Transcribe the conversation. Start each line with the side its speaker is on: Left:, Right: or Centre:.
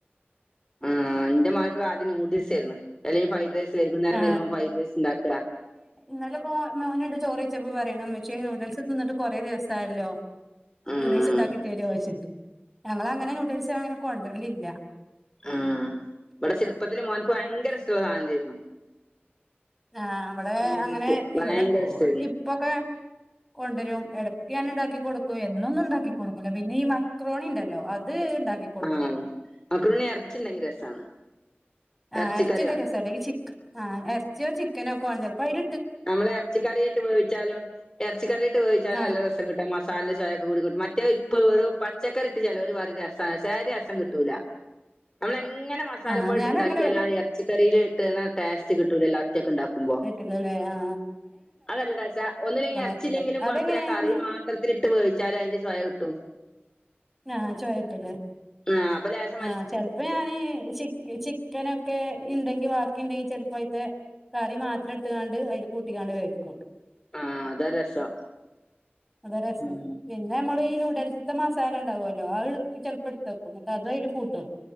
Left: ആ ആന്റ മകൾക്ക് ആദ്യം നയൂഡിൽസ് ആയിരുന്നു അല്ലെങ്കിൽ ഫ്രൈഡ് റൈസ് വൈകുന്നേരം
Centre: ആ
Left: വരുമ്പോ ഫൈഡ്റൈസ് ഉണ്ടാക്കുക
Centre: ഇന്നലെയിപ്പോ മോനുണ്ട് ചോറി വച്ചപ്പോ പറയ- ഉമ്മച്ചി നൂഡിൽസ് തിന്നിട്ട് കുറെേ ദിവസം ആയല്ലോ
Left: ആഹ്
Centre: നൂഡിൽസ് ഉണ്ടാക്കി തരുമോെ ചോദിച്ചി ഞങ്ങൾ അങ്ങനെ നൂഡിൽസ് അങ്ങനെ കൊണ്ട് വരലില്ല
Left: ആ ഇവിടെ ചെറുപ്പത്തില് മോനക്ക് ഭയങ്കര ഇഷ്ടമുള്ള സാധനം ആയിരുന്നു
Centre: ആ അവിടെ
Left: നൂഡിൽസ്
Centre: അങ്ങനെ
Left: ഭയങ്കര
Centre: ഇവിടെ
Left: ഇഷ്ടായിരുന്നു
Centre: ഇപ്പൊക്കെ കൊണ്ടരും എട്ക്ക് ഞാൻ ഇതാക്കി കൊട്ക്കും എ എന്നൊന്നും ഇണ്ടാക്കി കൊട്ക്കുലാ. പിന്നെ ഈ മക്രോണി ഇണ്ടല്ലോ അത് ഇണ്ടാക്കി കൊടുക്കും
Left: ആഹ് മക്രോണി എർച്ചി ഇണ്ടെങ്കി രസാണ്
Centre: ആഹ്
Left: എറച്ചിക്കറി
Centre: എറച്ചി ഇണ്ടെങ്കി
Left: വാങ്ങും
Centre: രസാട്ടൊ അല്ലെങ്കി ചിക്ക ആഹ് എർച്ചിയോ ചിക്കനോ ഒക്കെ വാണം ചലെപ്പോ അയിൽ
Left: നമ്മെൾ എർച്ചിക്കറി ഇട്ട് വേവിച്ചാലും എർച്ചിക്കറിയിട്ട് വേവിച്ചാലും
Centre: ആ
Left: നല്ല രസം കിട്ടാ മസാലെന്റെ ചൊയ ഒക്ക കൂടി കിട്ടും മറ്റെയ് ഇപ്പ് ഒര് പച്ചക്കറി ഇട്ട് ചെലോര് പറിം രസാ ഷെ അയ് രസം കിട്ടുലാ നമ്മെൾ എങ്ങ ങ്ങനെ മസാല
Centre: ആ
Left: പൊടിയിട്ട്
Centre: ഞാന
Left: ഇണ്ടാക്കിയാലും
Centre: അങ്ങനെ
Left: ആ എർച്ചിക്കറിയിൽ ഇട്ട്ണ ടേസ്റ്റ് കിട്ടുലല്ലോ ഒറ്റക്ക് ഇണ്ടാക്കുമ്പോ
Centre: ഇല്ലലെ ആഹ്
Left: അഹ് നല്ല ടെസ്റ്റാ ഒന്നും ഇല്ലെങ്കി അർച്ചിയില്ലെങ്കിലും
Centre: ഇറച്ചിക്കറി അതെങ്ങനെയാണ്
Left: കൊഴ്പ്പ ഇല്ല കറി മാത്രത്തിൽ ഇട്ട് വേവിച്ചാൽ അയിന്റെ ചൊയ കി ട്ടും
Centre: ആഹ് ചോയ കിട്ടു ലെ
Left: ആഹ് അപ്പ ലേഷം
Centre: ആഹ് ചെൽപ്പം ഞാൻ ചിക്ക ചിക്കനൊക്കെ ഇണ്ടെങ്കി ബാക്കി ഇണ്ടെങ്കി ചെൽപ്പം അയ്ത്തെ കറി മാത്രട്ടുകാണ്ട് അയിൽ കൂട്ടിക്കാണ്ട് വേവ്ക്കും
Left: ആ അതാ രസം
Centre: അതരസം
Left: ഉം
Centre: പിന്ന മ്മ ഈ ന്യൂഡൽസ്റ്റേ മസാലണ്ടാവുവല്ലോ അത് ചെലപ്പോ എടുത്തേക്കും എന്നട്ട് അത് അത്ര് കൂട്ടും